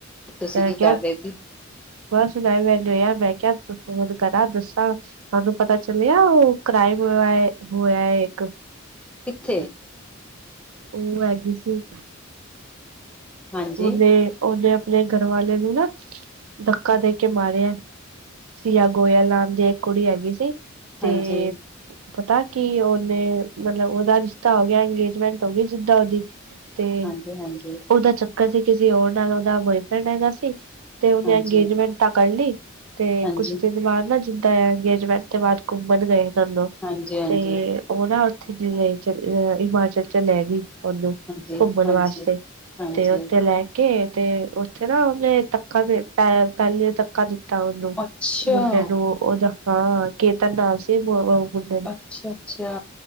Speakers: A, in the centre; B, on the right.
A: ਤੁਸੀਂ
B: ਮੈਂ
A: ਕੀ
B: ਕਿਹਾ
A: ਕਰ ਰਹੇ ਸੀ
B: ਬਸ ਮੈਂ ਮੈ ਲਆ <unintelligible> ਮੈਂ ਕਿਹਾ ਫੋਨ ਕਰਾਂ ਦੱਸਾਂ ਤੁਹਾਨੂੰ ਪਤਾ ਚੱਲਿਆ ਉਹ ਕ੍ਰਾਈਮ <unintelligible> ਹੋਇਆ ਇੱਕ।
A: ਕਿੱਥੇ?
B: ਉਹ ਹੈਗੀ ਸੀ
A: ਹਾਂਜੀ
B: ਉਹਨੇ ਓਹਨੇ ਆਪਣੇ ਘਰਵਾਲੇ ਨੂੰ ਨਾ ਧੱਕਾ ਦੇ ਕੇ ਮਾਰਿਆ ਸੀਯਾ ਗੋਇਲ ਨਾਮ ਦੀ ਇੱਕ ਕੁੜੀ ਹੈਗੀ ਸੀ ਤੇ
A: ਹਾਂਜੀ
B: ਪਤਾ ਕੀ ਉਹਨੇ ਮਤਲਬ ਉਹਦਾ ਰਿਸ਼ਤਾ ਹੋ ਗਿਆ ਇੰਗੇਜਮੈਂਟ ਹੋ ਗੀ ਜਿੱਦਾਂ ਉਹਦੀ ਤੇ
A: ਹਾਂਜੀ ਹਾਂਜੀ
B: ਉਹਦਾ ਚੱਕਰ ਸੀ ਕਿਸੇ ਹੋਰ ਨਾਲ ਉਹਦਾ ਬੋਏਫਰੈਂਡ ਹੈਗਾ ਸੀ ਤੇ ਉਹਨੇ
A: ਹਾਂਜੀ
B: ਅੰਗੇਜਮੈਂਟ
A: ਹਾਂਜੀ
B: ਤਾਂ ਕਰ ਲੀ ਤੇ
A: ਹਾਂਜੀ
B: ਕੁਛ ਦਿਨ ਬਾਅਦ ਨਾ ਜਿੱਦਾਂ ਅੰਗੇਜਮੈਂਟ ਤੋਂ ਬਾਅਦ ਘੁੰਮਣ ਗਏ ਦੋਨੋ
A: ਹਾਂਜੀ
B: ਤੇ ਉਹ ਨਾ ਉੱਥੇ ਚ <unintelligible> ਹਿਮਾਚਲ ਚ ਲੈ ਗੀ ਉਹਨੂੰ
A: ਹਾਂਜੀ
B: ਘੁੰਮਣ
A: ਹਾਂਜੀ
B: ਵਾਸਤੇ
A: ਹਾਂਜੀ
B: ਤੇ ਉ ਲੈ ਕੇ ਤੇ ਉੱਥੇ ਨਾ ਉਹਨੇ ਧੱਕਾ ਦੇ ਪ ਪਹਿਲੇ ਧੱਕਾ ਦਿੱ ਦਿੱਤਾ ਉਹਨੂੰ
A: ਅੱਛਾ
B: ਮੁੰਡੇ ਨੂੰ ਉਹਦਾ ਹਾਂ ਕੇਤਨ ਨਾਂ ਸੀ ਓ <unintelligible>
A: ਅੱਛਾ ਅੱਛਾ